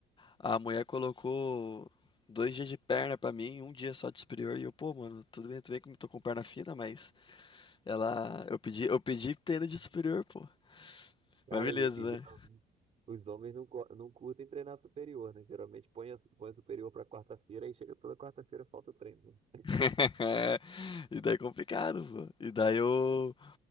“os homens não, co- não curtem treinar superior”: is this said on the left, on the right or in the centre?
Right